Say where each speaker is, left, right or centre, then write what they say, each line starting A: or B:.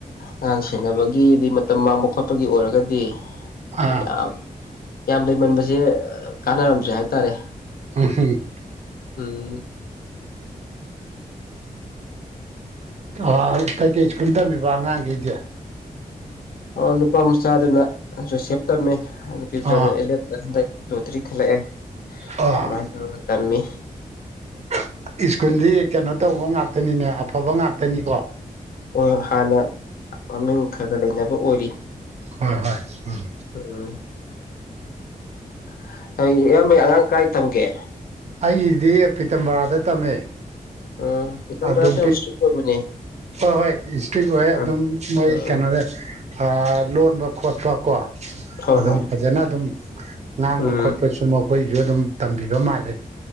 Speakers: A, on the left; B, on the right.
A: ꯑꯉꯥꯡ ꯁꯦꯟꯅꯕꯒꯤꯗꯤ ꯃꯇꯝ ꯃꯥꯡꯕ ꯈꯣꯠꯄꯒꯤ ꯑꯣꯏꯔꯒꯗꯤ
B: ꯑꯥ
A: ꯌꯥꯝ ꯌꯥꯝ ꯂꯩꯃꯟꯕꯖꯦ ꯀꯥꯟꯅꯔꯝꯗ꯭ꯔꯦ ꯍꯥꯏ ꯇꯥꯔꯦ
B: ꯎꯝ <unintelligible>
A: ꯎꯝ
B: ꯑ ꯀꯩ ꯀꯩ ꯁ꯭ꯀꯨꯜ ꯇꯝꯃꯤꯕ ꯑꯉꯥꯡꯒꯩꯗꯤ
A: ꯑꫭ ꯅꯨꯄꯥ ꯃꯆꯥꯗꯨꯅ ꯖꯣꯁꯦꯞ ꯇꯝꯃꯦ ꯅꯨꯄꯤ ꯃꯆꯥꯗꫭ
B: ꯑꯥ
A: ꯑꯦꯂꯦꯞꯇ ꯍꯟꯗꯛ ꯂꯣꯇꯔꯤ ꯈꯜꯂꯛꯑꯦ
B: ꯑꯥ
A: ꯑꯗꯨꯝꯃꯥꯏ ꯇꯧꯔꯒ ꯇꯝꯃꯤ
B: <unintelligible> ꯁ꯭ꯀꯨꯗꯤ ꯀꯩꯅꯣ ꯇꯧꯕ ꯉꯥꯛꯇꯅꯤꯅꯦ ꯑꯐꯕ ꯉꯥꯛꯇꯅꯤꯀꯣ
A: ꯍꯣꯏ ꯍꫭꯏ ꯍꯥꯟꯅ ꯃꯃꯤꯡ ꯈꯔ ꯈꯔ ꯂꯩꯅꯕ ꯑꯣꯏꯔꯤ
B: ꯍꯣꯏ ꯍꯣꯏ ꯎꯝ
A: ꯎꯝ <unintelligible> ꯏꯌꯥꯝꯕꯩ ꯑꯉꯥꯡ ꯀꯥꯏ ꯇꯝꯒꯦ
B: ꯑꯩꯒꯤꯗꯤ ꯄꯤꯇꯝ ꯕꯔꯥꯗ ꯇꯝꯃꯦ
A: ꯎꯝ ꯄꯤꯇꯝ
B: ꯑꯗꯨꯝ
A: ꯕꯔꯥꯁꯨ ꯌꯥꯝ ꯏꯁꯇ꯭ꯔꯤꯛ ꯑꯣꯏꯕꯅꯦ
B: ꯍꯣꯏ ꯍꯣꯏ ꯏꯁꯇ꯭ꯔꯤꯛ ꯑꯣꯏꯌꯦ
A: ꯎꯝ
B: ꯑꯗꯨꯝ ꯃꯣꯏ
A: ꯎꯝ
B: ꯀꯩꯅꯣꯗ ꯑ ꯂꯣꯟꯕ ꯈꯣꯠꯄ ꯀꯣ
A: ꯍꯣꯏ
B: ꯑꯗꯨꯝ
A: ꯍꯣꯏ
B: ꯐꯖꯅ ꯑꯗꯨꯝ ꯉꯥꯡꯕ
A: ꯎꯝ
B: ꯈꯣꯠꯄꯁꯨꯃꯛ ꯃꫭꯏꯖꯨ ꯑꯗꯨꯝ ꯇꯝꯕꯤꯕ ꯃꯥꯜꯂꯦ